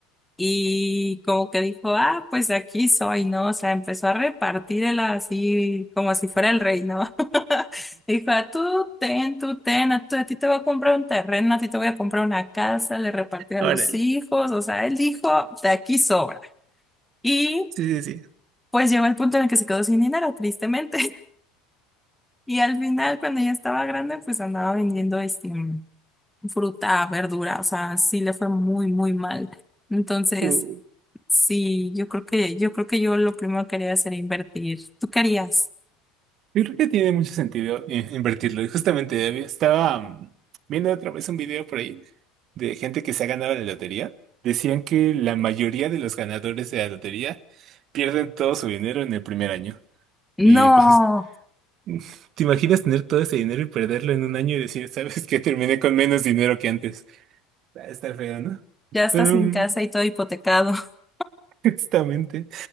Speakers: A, in the centre; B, on the right (about 50°).
A: y como que dijo, ah, pues aquí soy, ¿no? O sea, empezó a repartirla así como si fuera el rey, ¿no? <laughs> Dijo, "Ah, tú ten, tú ten, a, tú- a ti te voy a comprar un terreno, a ti te voy a comprar una casa, le repartió a
B: Órale.
A: los hijos, o sea, él dijo, de aquí sobra. Y
B: Sí, sí,
A: pues llegó el punto en el que se quedó sin dinero, tristemente. <laughs> Y al final, cuando ya estaba grande, pues andaba vendiendo este. fruta, verdura, o sea, sí le fue muy, muy mal. Entonces,
B: sí.
A: sí, yo creo que, yo creo que yo lo primero que haría sería invertir. ¿Tú querías?
B: Yo creo que tiene mucho sentido eh, invertirlo. Y justamente había- estaba mm, viendo otra vez un video por ahí de gente que se ha ganado la lotería. Decían que la mayoría de los ganadores de la lotería pierden todo su dinero en el primer año.
A: No,
B: Y pues, <laughs> ¿te imaginas tener todo ese dinero y perderlo en un año y decir, ¿sabes qué? Terminé con menos dinero que antes. Va a estar feo, ¿no?
A: ya estás
B: Pero,
A: sin
B: mm,
A: casa y todo hipotecado. <laughs>
B: justamente,